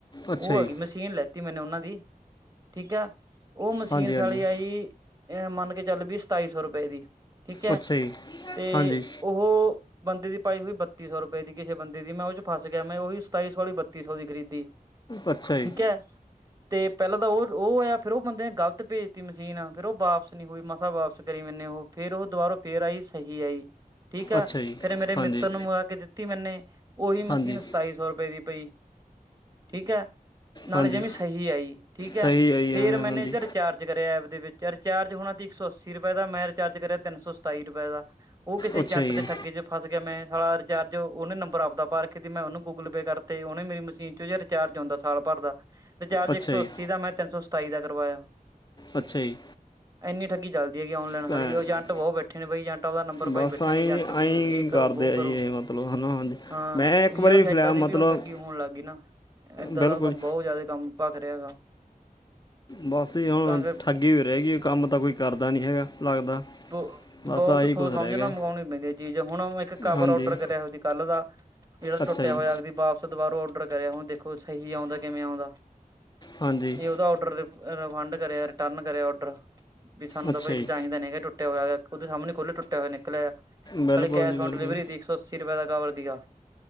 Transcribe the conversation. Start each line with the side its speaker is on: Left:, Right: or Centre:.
Left: ਅੱਛਾ
Right: ਉਹ
Left: ਜੀ
Right: ਹੈਗੀ ਮਸ਼ੀਨ ਲੈਤੀ ਮੈਨੇ ਉਹਨਾਂ ਦੀ ਠੀਕ ਹੈ ਉਹ ਮਸ਼ੀਨ
Left: ਹਾਂਜੀ
Right: ਸੀ
Left: ਹਾਂਜੀ
Right: ਆਈ ਏਹਿ ਮੰਨ ਕੇ ਚੱਲ ਵੀ ਸਤਾਈ ਸੌ ਰੁਪਏ ਦੀ ਠੀਕ ਹੈ,
Left: ਅੱਛਾ ਜੀ
Right: ਤੇ
Left: ਹਾਂਜੀ
Right: ਉਹ ਬੰਦੇ ਦੀ ਪਾਈ ਹੋਈ ਬੱਤੀ ਸੌ ਰੁਪਏ ਦੀ ਕਿਸੇ ਬੰਦੇ ਦੀ ਮੈਂ ਉਹ ਚ ਫਸ ਗਿਆ। ਮੈਂ ਉਹੀ ਸਤਾਈ ਸੌ ਵਾਲੀ ਬੱਤੀ ਸੌ ਦੀ ਖਰੀਦੀ।
Left: ਅੱਛਾ
Right: ਠੀਕ
Left: ਜੀ
Right: ਹੈ, ਤੇ ਪਹਿਲਾਂ ਤਾਂ ਉਹ ਉਹ ਹੋਇਆ। ਫੇਰ ਉਹ ਬੰਦੇ ਨੇ ਗਲਤ ਭੇਜਤੀ ਮਸ਼ੀਨ ਫੇਰ ਉਹ ਵਾਪਸ ਨਹੀ ਹੋਈ, ਮਸਾ ਵਾਪਸ ਕਰੀ ਮੈਨੇ ਉਹ ਫੇਰ ਉਹ ਦੁਬਾਰਾ ਫੇਰ ਆਈ, ਸਹੀ ਆਈ। ਠੀਕ ਆ,
Left: ਅੱਛਾ ਜੀ
Right: ਫੇਰ ਮੇਰੇ ਮਿੱਤਰ
Left: ਹਾਂਜੀ
Right: ਨੂੰ ਮੰ ਗਵਾ ਕੇ ਦਿੱਤੀ ਮੈਨੇ ਉਹੀ ਮਸ਼ੀਨ
Left: ਹਾਂਜੀ
Right: ਸਤਾਈ ਸੌ ਰੁਪਏ ਦੀ ਪਈ। ਠੀਕ ਹੈ, ਨਾਲੇ
Left: ਹਾਂਜੀ
Right: ਜਿਵੇ ਸਹੀ ਆਈ। ਠੀਕ ਹੈ
Left: ਸਹੀ ਜੀ
Right: ਫੇਰ
Left: ਹਾਂ-
Right: ਮੈਨੇ
Left: ਹਾਂਜੀ
Right: ਚਾਰ ਕਰਿਆ ਐਪ ਦੇ ਵਿੱਚ ਰਿਚਾਰਜ ਹੋਣਾ ਸੀ ਇੱਕ ਸੌ ਅੱਸੀ ਰੁਪਏ ਦਾ, ਮੈਂ ਰਿਚਾਰਜ ਕਰਿਆ ਤਿੰਨ ਸੌ ਸਤਾਈ ਰੁਪਏ ਦਾ। ਉਹ, ਕਿਸੇ
Left: ਅੱਛਾ
Right: ਜੰਟ
Left: ਜੀ
Right: ਦੇ ਠੱਗੇ ਚ। ਫਸ ਗਿਆ ਮੈਂ ਸਾਲਾ ਰਿਚਾਰਜ ਉਹਨੇ ਨੰਬਰ ਆਪਦਾ ਪਾ ਰਖਿਆ ਸੀ ਤੇ ਮੈਂ ਉਹਨੂੰ ਗੂਗਲ ਪੇ ਕਰਤੇ। ਉਹਨੇ ਮੇਰੀ ਮਸ਼ੀਨ ਰਿਚਾਰਜ ਹੁੰਦਾ ਸਾਲ ਭਰ ਦਾ। ਰਿਚਾਰਜ
Left: ਅੱਛਾ
Right: ਇੱਕ ਸੌ
Left: ਜੀ
Right: ਅੱਸੀ ਦਾ ਮੈਂ ਤਿੰਨ ਸੌ ਸਤਾਈ ਦਾ ਕਰਵਾਇਆ।
Left: ਅੱਛਾ ਜੀ!
Right: ਇੰਨੀ ਠੱਗੀ ਚੱਲਦੀ ਹੈਗੀ ਔਨਲਾਈਨ
Left: ਭੈ-
Right: ਹਲੀ ਏਜੰਟ ਬਹੁਤ ਬੈਠੇ ਕਹਿੰਦੇ ਨੇ ਬਾਈ ਜੰਟ ਉਹਦਾ ਨੰਬਰ ਪਾਈ
Left: ਬਸ
Right: ਬੈਠੇ
Left: ਆਈ
Right: ਨੇ। ਜੰਟ
Left: ਆਈ
Right: ਵੀ ਇਹ ਕਰੋ,
Left: ਕਰਦੇ
Right: ਵੋ
Left: ਆ
Right: ਕਰੋ।
Left: ਜੀ ਇਹ ਮਤਲਬ ਹਨਾ ਹਾਂਜੀ
Right: ਹਾਂ,
Left: ਮੈਂ ਇੱਕ
Right: ਰੀਅਲ
Left: ਵਾਰੀ
Right: ਸੈਟਾਂ
Left: ਫਲੈ ਮਤਲਬ
Right: ਦੀ ਵੀ ਹੁਣ ਠੱਗੀ ਹੋਣ ਲੱਗ ਗਈ ਨਾ। ਏਦਾਂ
Left: ਬਿਲਕੁਲ
Right: ਦਾ ਉਹ ਕੰਮ ਬਹੁਤ ਜਿਆਦਾ ਕੰਮ ਭਗ ਰਿਹਾ ਹੈਗਾ।
Left: ਬਸ ਹੀ, ਹੁਣ
Right: ਤਾਂ ਕਰ
Left: ਠੱਗੀ ਵੀ ਰਹਿ ਗੀ ਕੰਮ ਤਾਂ ਕੋਈ ਕਰਦਾ ਨਹੀਂ ਹੈਗਾ, ਲੱਗਦਾ।
Right: ਬਹੁ
Left: ਬਸ
Right: ਬਹੁਤ
Left: ਆਹੀ
Right: ਸੋਚ
Left: ਕੁਝ
Right: ਸਮਝ
Left: ਰਹਿ
Right: ਨਾਲ
Left: ਗਿਆ
Right: ਮੰਗਵਾਉਣੀ ਪੈਂਦੀ ਹੈ, ਚੀਜ਼। ਹੁਣ ਇੱਕ ਕਵਰ
Left: ਹਾਂਜੀ
Right: ਔਡਰ ਕਰਿਆ ਸੀ ਕੱਲ੍ਹ ਦਾ। ਦਿਲ
Left: ਅੱਛਾ
Right: ਟੁੱਟਿਆ
Left: ਜੀ
Right: ਹੋਇਆ <unintelligible> ਦੁਬਾਰੋਂ ਔਡਰ ਕਰਿਆ। ਹੁਣ ਦੇਖੋ, ਸਹੀ ਆਉਂਦਾ ਕਿਵੇਂ ਆਉਂਦਾ?
Left: ਹਾਂਜੀ
Right: ਇਹ ਉਹਦਾ ਔਡਰ ਰਿ ਰਿਫੰਡ ਕਰਿਆ, ਰਿਟਰਨ ਕਰਿਆ ਔਡਰ ਵੀ ਸਾਨੂੰ
Left: ਅੱਛਾ
Right: ਤਾਂ ਬਾਈ
Left: ਜੀ
Right: ਚਾਹੀਦਾ ਨੀ ਹੈਗਾ ਟੁੱਟ ਟੁੱਟਿਆ ਹੋਇਆ। ਉਹਦੇ ਸਾਹਮਣੇ ਖੋਲ੍ਹਿਆ ਟੁੱਟਿਆ ਹੋਇਆ ਨਿਕਲਿਆ। ਨਾਲੇ
Left: ਬਿਲਕੁਲ
Right: ਕੈਸ਼
Left: ਜੀ ਬਿਲਕੁਲ
Right: ਔਨ ਡਿਲੀਵਰੀ ਸੀ ਇੱਕ ਸੌ ਅੱਸੀ ਰੁਪਏ ਦਾ ਕਵਰ ਸੀਗਾ।